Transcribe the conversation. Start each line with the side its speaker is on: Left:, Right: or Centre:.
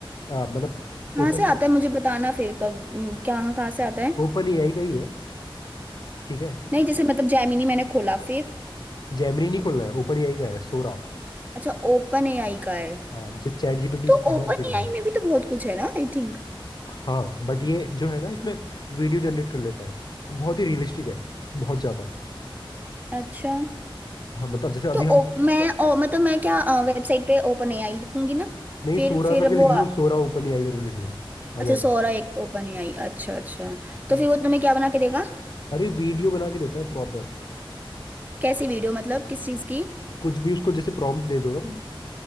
Left: आ, मतलब
Right: कहाँ
Left: ओपन
Right: से आता है मुझे बताना फिर कब हम्म, कहाँ कहाँ से आता है
Left: ओपन एआई का ही है ठीक है
Right: नहीं जैसे मतलब जैमिनी मैंने खोला फिर
Left: जैमनी नहीं खोलना है ओपन एआई का है सोरा
Right: अच्छा ओपन एआई का है
Left: हाँ जिस चैट जीपीटी
Right: तो
Left: जिसका नाम
Right: ओपन
Left: ठीक है
Right: एआई में भी तो बहुत कुछ है ना आई थिंक
Left: हाँ बट ये जो है ना इसमें वीडियो जनरेट कर लेता है बहुत ही रियलिस्टिक है बहुत ज्यादा
Right: अच्छा
Left: हाँ मतलब जैसे अभी
Right: तो
Left: हम
Right: ओप मैं ओ, मतलब मैं क्या वेबसाइट पे ओपन एआई लिखूंगी ना
Left: नहीं
Right: फिर
Left: सोरा
Right: फिर
Left: करके
Right: वो
Left: लिख
Right: आ-
Left: लो सोरा ओपन एआई करके लिख लो आ
Right: अच्छा
Left: जाएगा
Right: सोरा एक ओपन एआई अच्छा अच्छा तो
Left: नहीं।
Right: फिर वो तुम्हें क्या बना के देगा
Left: अरे वीडियो बना के देता है प्रॉपर
Right: कैसी वीडियो मतलब किस चीज की
Left: कुछ भी उसको जैसे प्रॉम्प्ट दे दो ना तुम